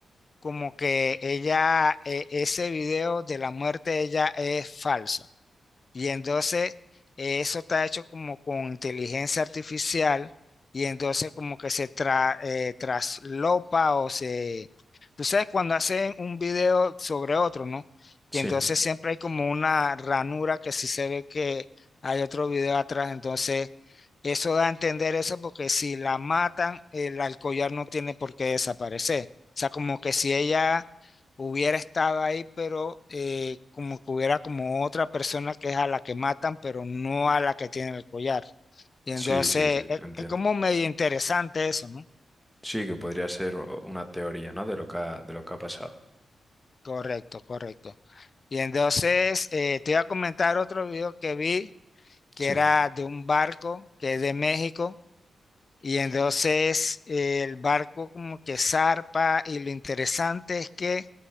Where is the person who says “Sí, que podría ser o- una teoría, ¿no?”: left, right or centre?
Centre